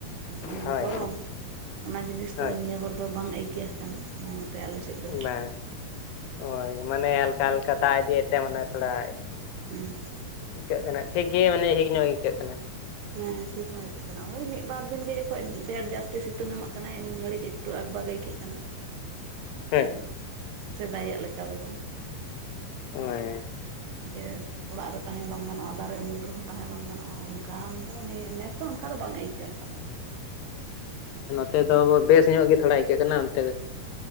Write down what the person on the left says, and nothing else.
ᱦᱳᱭ
ᱦᱳᱭ
ᱵᱟᱝ ᱦᱳᱭ ᱢᱟᱱᱮ ᱦᱟᱞᱠᱟ ᱦᱟᱞᱠᱟ ᱫᱟᱜ ᱤᱫᱤᱭᱮᱫ ᱛᱮ ᱢᱟᱱᱮ ᱛᱷᱚᱲᱟ
ᱟᱹᱭᱠᱟᱹᱜ ᱠᱟᱱᱟ ᱴᱷᱤᱠ ᱜᱮ ᱢᱟᱱᱮ ᱦᱷᱤᱠ ᱧᱚᱜ ᱟᱹᱭᱠᱟᱹᱜ ᱠᱟᱱᱟ
ᱦᱳᱭ
ᱦᱳᱭ
ᱚᱱᱛᱮ ᱫᱚ ᱵᱮᱥ ᱧᱚᱜ ᱜᱮ ᱛᱷᱚᱲᱟ ᱟᱹᱭᱠᱟᱹᱜ ᱠᱟᱱᱟ ᱚᱱᱛᱮ ᱫᱚ